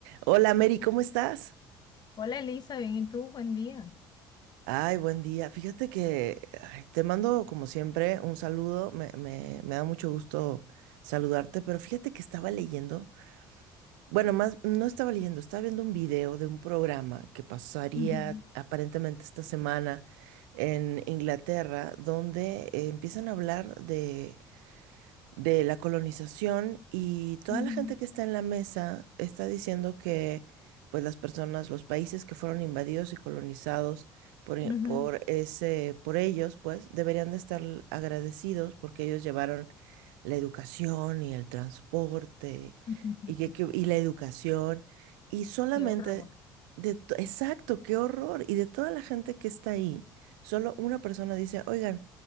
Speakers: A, on the right; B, on the left.
A: Hola Mary, ¿cómo estás?
B: Hola Elisa, bien, ¿y tú? Buen día.
A: Ay, buen día. Fíjate que ay, te mando como siempre un saludo. Me, me- me da mucho gusto saludarte, pero fíjate que estaba leyendo. Bueno, más no estaba leyendo, estaba viendo un video de un programa que pasaría
B: Ujú,
A: aparentemente esta semana en Inglaterra, donde eh, empiezan a hablar de de la colonización y toda
B: ujú,
A: la gente que está en la mesa está diciendo que pues las personas, los países que fueron invadidos y colonizados por, e-
B: ujú,
A: por ese, por ellos, pues deberían de estar agradecidos porque ellos llevaron la educación y el transporte
B: <laughs> ujú.
A: y, que- que- y la educación y solamente
B: Qué horror.
A: de to- exacto, qué horror. Y de toda la gente que está ahí, solo una persona dice, oigan,